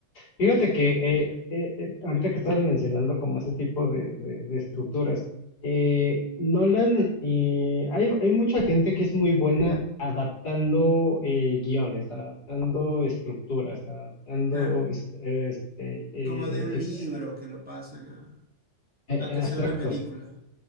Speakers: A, on the left (about 60°); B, in the centre.
A: Fíjate
B: En-
A: que eh, eh, eh, ahorita que estabas mencionando como ese tipo de, de- de estructuras, eh, Nolan, y hay, hay mucha gente que es muy buena adaptando eh, guiones, adaptando estructuras, adaptando
B: claro,
A: est- este, eh,
B: como de un
A: escenas.
B: libro que lo pasan a,
A: Eh,
B: a que
A: eh, Exacto,
B: sea una película.